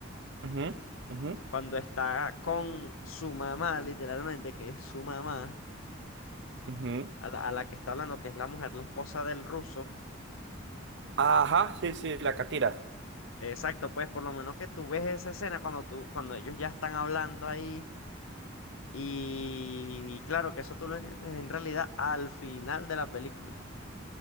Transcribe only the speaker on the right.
ujú, ujú,
ujú.
Ajá, sí, sí, la catira.